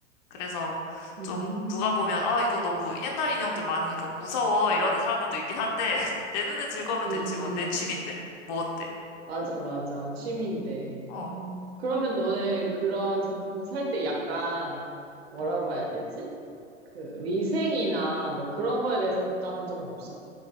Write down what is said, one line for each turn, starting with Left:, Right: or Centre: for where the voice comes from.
Left: 그래서
Right: 음,
Left: 좀 누가 보면 아 이거 너무 옛날 인형들 많으니까 무서워 이러는 사람들도 있긴 한데 <laughs> 내 눈에 즐거우면
Right: 음,
Left: 됐지 뭐 내 취미인데
Right: 음.
Left: 뭐 어때?
Right: 맞아, 맞아. 취미인데.
Left: 응. 어.
Right: 음. 그러면 너는 그런 제품들 살 때 약간 뭐라고
Left: 응.
Right: 해야 되지? 그 위생이나 뭐 그런 거에 대해서 걱정한 적은 없어?